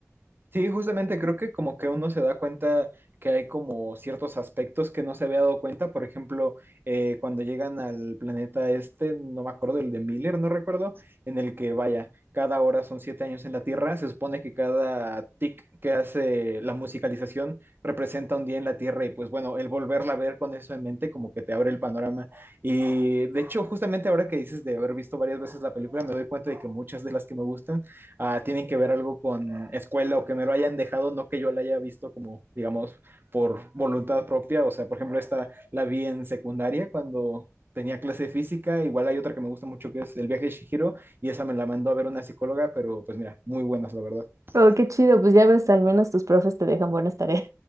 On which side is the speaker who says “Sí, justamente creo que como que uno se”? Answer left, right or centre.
Right